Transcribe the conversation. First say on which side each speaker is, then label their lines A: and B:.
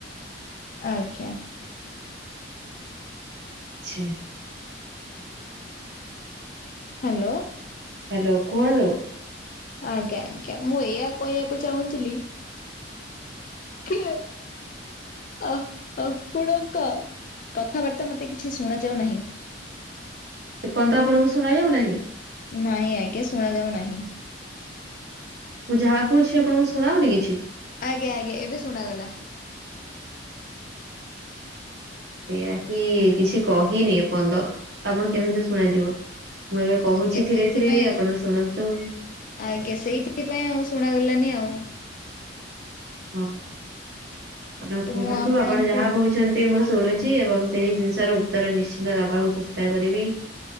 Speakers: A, on the left; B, on the right.
A: ଆଜ୍ଞା।
B: ଛି ନାହିଁ
A: ହ୍ୟାଲୋ।
B: ହ୍ୟାଲୋ। କୁହନ୍ତୁ?
A: ଆଜ୍ଞା ଆଜ୍ଞା। ମୁଁ ଏଇଆ କହିବାକୁ ଚାହୁଁଥିଲି? କିଏ? ଅ ଆପଣଙ୍କ କଥାବାର୍ତ୍ତା ମତେ କିଛି ସୁଣା ଯାଉନାହିଁ।
B: ଏପଅନ୍ତ ଆପଣଙ୍କୁ ଶୁଣା ଯାଉ ନାହିଁ?
A: ନାଇଁ ଆଜ୍ଞା ସୁଣା‌ଯାଉ ନାହିଁ।
B: ମୁଁ ଯାହା କହୁଛି ଆପଣଙ୍କୁ ଶୁଣାହଉନି କିଛି?
A: ଆଜ୍ଞା ଆଜ୍ଞା ଏବେ ଶୁଣାଗଲା।
B: ସେଇୟା ହିଁ କିଛି କହିନି ଏପନ୍ତ ଆପଣ କେମିତି ଶୁଣାଯିବ? ମୁଁ ଏବେ କହୁଛି
A: ଆଜ୍ଞା
B: ଧୀରେ
A: ସେଇଥିପାଇଁ
B: ଧୀରେ ରେ ଆପଣ
A: ଆଉ
B: ଶୁଣନ୍ତୁ।
A: ଆଜ୍ଞା ସେଇଥିପାଇଁ ଆଉ ଶୁଣାଗଲାନି ଆଉ।
B: ହଁ ଆପଣ
A: ତ
B: କୁହନ୍ତୁ
A: ମୁଁ ଆପଣଙ୍କୁ
B: ଆପଣ ଯାହା କହୁଛ ତି ମୁଁ ଶୁଣୁଛି ଏବଂ ସେହି ଜିନିଷର ଉତ୍ତର ନିଶ୍ଚିନ୍ତ ଦବାକୁ ଚେଷ୍ଟା କରିବି।